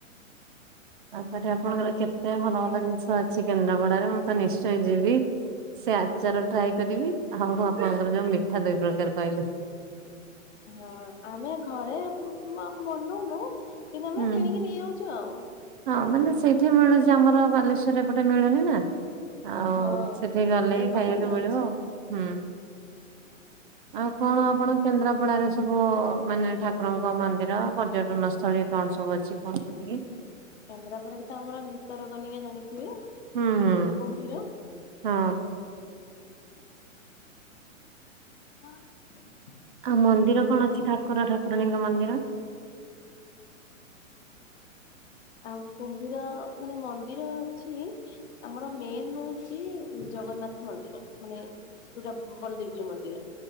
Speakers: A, on the right; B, on the left.
A: ତାପରେ ଆପଣଙ୍କର କେତେ ଭଲ ଭଲ ଜିନିଷ ଅଛି କେନ୍ଦ୍ରାପଡାରେ ମୁଁ ତ ନିଶ୍ଚୟ ଯିବି। ସେ ଆଚାର ଟ୍ରାଏ କରିବି ଆଉ ଆପଣଙ୍କର ଯୋଉ ମିଠା ଦୁଇ ପ୍ରକାର କହିଲେ।
B: ହଁ ଆମେ ଘରେ ମ ବନଉନୁ କିନ୍ତୁ ଆମେ
A: ହୁଁ।
B: କିଣିକି ନେଇ ଯାଉଚୁ ଆଉ।
A: ହଁ ମାନେ ସେଇଠି ମିଳୁଚି ଆମର ବାଲେଶ୍ଵରରେ ଏପଟେ ମିଳୁନି ନା। ଆଉ
B: ହଁ।
A: ସେଠି ଗଲେ
B: ଏଇପଟେ
A: ହିଁ ଖାଇବାକୁ
B: ମିଳୁଛି
A: ମିଳିବ ଆଉ ହୁଁ। ଆଉ କଣ ଆପଣ କେନ୍ଦ୍ରାପଡାରେ ସବୁ ମାନେ ଠାକୁରଙ୍କ ମନ୍ଦିର ପର୍ଯ୍ୟଟନ ସ୍ଥଳୀ କଣ ସବୁ ଅଛି କଣ <inaudible>
B: କେନ୍ଦ୍ରାପଡାରେ ତ ଆମର ଭିତରକନିକା ଜାଣିଥିବେ
A: ହୁଁ ହୁଁ।
B: କୁମ୍ଭୀର।
A: ହଁ।
B: <inaudible>
A: ଆଉ ମନ୍ଦିର
B: କୁମ୍ଭୀର
A: କଣ ଅଛି ଠାକୁର ଠାକୁରାଣୀଙ୍କ ମନ୍ଦିର?
B: ଆଉ କୁମ୍ଭୀର ମାନେ ମନ୍ଦିର ଅଛି। ଆମର ମେନ୍ ହଉଛି ଜଗନ୍ନାଥ ମନ୍ଦିର ମାନେ ଯୋଉଟା ବଳଦେବ ଜିଉ ମନ୍ଦିର